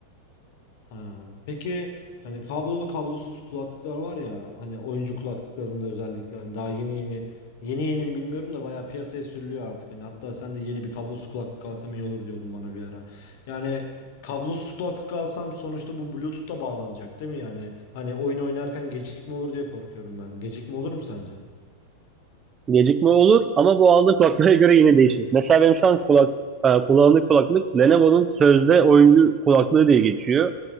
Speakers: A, on the left (about 50°); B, on the right (about 25°).
A: Ha. Peki hani kablolu kablosuz kulaklıklar var ya hani oyuncu kulaklıklarında özellikle hani daha yeni yeni yeni yeni mi bilmiyorum da bayağı piyasaya sürülüyor artık. Hani hatta sen de yeni bir kablosuz kulaklık alsam iyi olur diyordun bana bir ara. Yani kablosuz kulaklık alsam sonuçta bu Bluetooth'la bağlanacak değil mi yani? Hani oyun oynarken gecikme olur diye korkuyorum ben. Gecikme olur mu sence?
B: Gecikme olur ama bu aldığı kulaklara göre yine değişir. Mesela benim şu an kulak, e, kullandığım kulaklık Lenovo'nun sözde oyuncu kulaklığı diye geçiyor.